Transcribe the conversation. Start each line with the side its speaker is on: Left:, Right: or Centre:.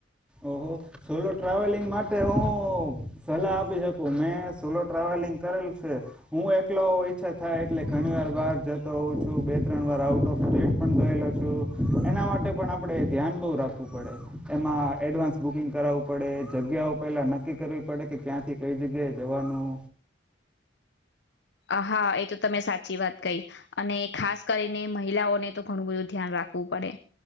Centre: ઓ હો. સોલો ટ્રાવેલિંગ માટે હું સલાહ આપી શકું મેં સોલો ટ્રાવેલિંગ કરેલું છે. હું એકલો હોવ ઈચ્છા થાય એટલે ઘણીવાર બહાર જતો હોઉં છું. બે ત્રણ વાર આઉટ ઓફ સ્ટેટ પણ ગયેલો છું. એના માટે પણ આપડે ધ્યાન બ‌ઉ રાખવું પડે. એમાં એડવાન્સ બુકિંગ કરાવવું પડે. જગ્યાઓ પહેલા નક્કી કરવી પડે કે ક્યાંથી કઈ જગ્યાએ જવાનું?
Left: અ હા એ તો તમે સાચી વાત કહી અને ખાસ કરીને મહિલાઓને તો ઘણું બધું ધ્યાન રાખવું પડે.